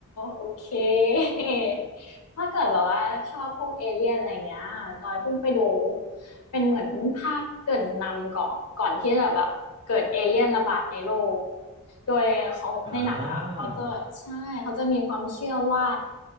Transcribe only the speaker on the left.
โอเค <laughs> ถ้าเกิดแบบว่าชอบพวกเอเลี่ยนอะไรเงี้ยจอยเพิ่งไปดูเป็นเหมือนภาคเกริ่นนำก่อนก่อนที่จะแบบเกิดเอเลี่ยนระบาดในโลกโดยเขาในหนังอะค่ะเขาจะใช่เขาจะมีความเชื่อว่า